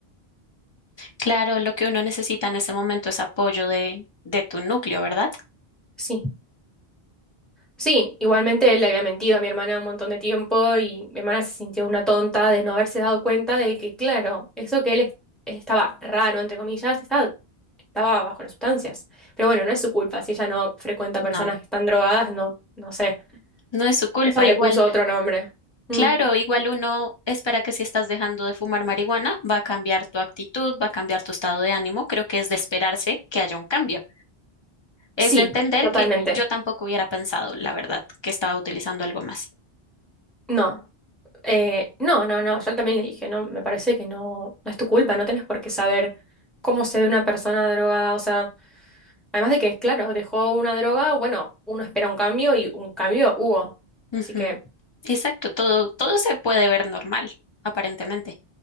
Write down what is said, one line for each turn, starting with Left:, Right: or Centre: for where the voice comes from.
Left: Claro, lo que uno necesita en ese momento es apoyo de, de tu núcleo, ¿verdad?
Centre: Sí. Sí, igualmente él le había mentido a mi hermana un montón de tiempo y mi hermana se sintió una tonta de no haberse dado cuenta de que, claro, eso que él, es- él estaba raro, entre comillas, estaba, estaba bajo las sustancias. Pero bueno, no es su culpa. Si ella no frecuenta personas
Left: No,
Centre: que están drogadas, no, no sé.
Left: no es su culpa.
Centre: Ella le
Left: Igual
Centre: puso otro nombre. Mm,
Left: Claro, igual uno espera que si estás dejando de fumar marihuana, va a cambiar tu actitud, va a cambiar tu estado de ánimo. Creo que es de esperarse que haya un cambio. Es
Centre: Sí,
Left: de entender
Centre: totalmente.
Left: que yo tampoco hubiera pensado, la verdad, que estaba utilizando algo más.
Centre: No. Eh, no, no, no, yo también le dije, no, me parece que no, no es tu culpa, no tenés por qué saber cómo se ve una persona drogada, o sea, Además de que, claro, dejó una droga, bueno, uno espera un cambio y un cambio hubo.
Left: Ujú.
Centre: Así que,
Left: Exacto, todo, todo se puede ver normal, aparentemente.